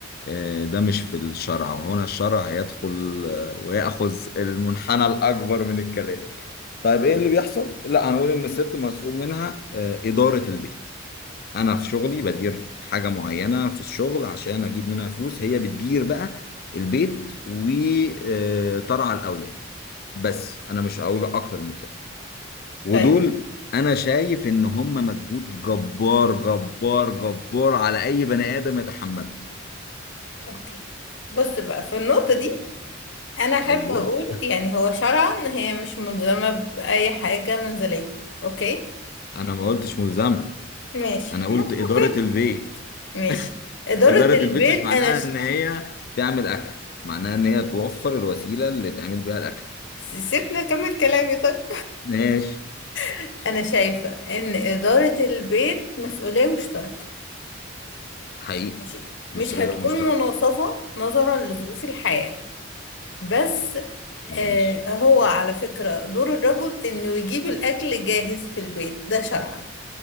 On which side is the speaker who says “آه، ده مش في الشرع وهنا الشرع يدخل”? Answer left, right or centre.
Left